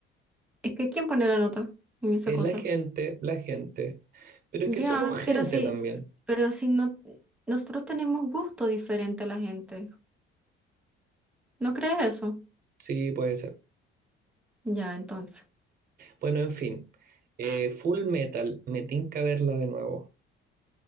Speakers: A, in the centre; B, on the right.
A: es que ¿quién pone la nota en esa
B: Eh,
A: cosa?
B: la gente, la gente, pero
A: Ya,
B: es que somos gente
A: pero sí,
B: también.
A: pero si no, nosotros tenemos gusto diferente a la gente. ¿No crees eso?
B: Sí, puede ser.
A: Ya, entonces,
B: Bueno, en fin, Eh, Full Metal, me tinca verla de nuevo.